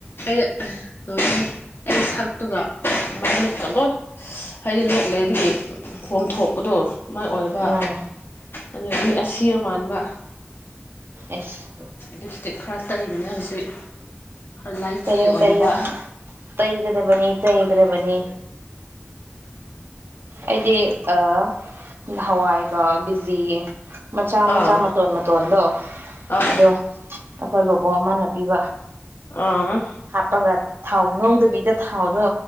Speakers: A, on the left; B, on the right.
A: ꯑꯗꯨꯅꯤ ꯑꯩ <inaudible> ꯁꯛꯇꯨꯒ ꯃꯥꯏꯃꯤꯠꯀꯠꯂꯣꯏ ꯍꯥꯏꯗꯤ ꯂꯣꯛ ꯂꯩꯕꯤꯒꯤ ꯄꯣꯝꯊꯣꯛꯄꯗꯣ ꯃꯥꯏ ꯑꯣꯏꯕ
B: ꯎꯝ
A: ꯑꯗꯨ ꯃꯤ ꯑꯁꯤꯕ ꯃꯥꯟꯕ
B: ꯑꯩꯁ
A: ꯂꯤꯞꯁ꯭ꯇꯤꯛ ꯈꯔ ꯇꯩꯕꯅꯦ ꯍꯧꯖꯤꯛ ꯈꯔ ꯂꯥꯏꯐꯂꯤ
B: ꯇꯩꯌꯣ
A: ꯑꯣꯏꯅꯕ
B: ꯇꯩꯌꯣ ꯇꯩꯒꯗꯕꯅꯤ ꯇꯩꯒꯗꯕꯅꯤ ꯑꯩꯗꯤ ꯑ ꯅꯍꯥꯋꯥꯏꯒ ꯕꯤꯖꯤ ꯃꯆꯥ
A: ꯑꯥ
B: ꯃꯆꯥ ꯃꯇꯣꯟ ꯃꯇꯣꯟꯗꯣ
A: ꯑꯥ
B: ꯑꯗꯣ ꯑꯩꯈꯣꯏ ꯕꯣꯕꯣꯛ ꯑꯃꯅ ꯄꯤꯕ
A: ꯑꯥ
B: ꯍꯥꯞꯄꯒ ꯊꯥꯎ ꯉꯧꯗꯕꯤꯗ ꯊꯥꯎꯗꯣ